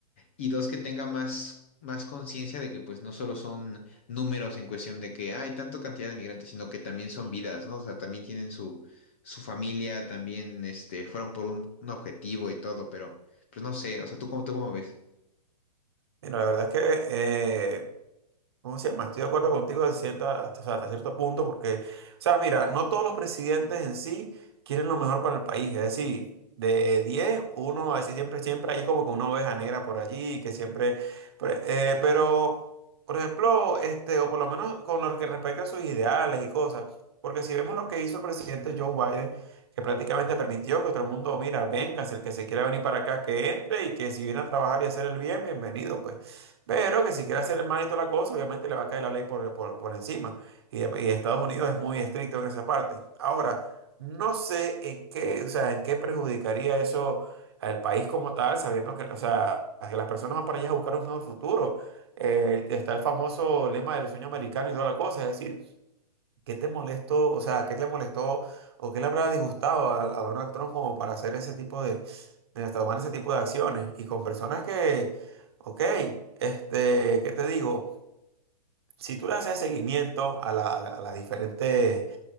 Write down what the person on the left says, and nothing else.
y dos, que tenga más, más conciencia de que pues no solo son números en cuestión de que hay tanta cantidad de migrantes, sino que también son vidas, ¿no? O sea, también tienen su, su familia, también este, fueron por un, un objetivo y todo, pero pero no sé, o sea, ¿tú cómo, tú cómo ves?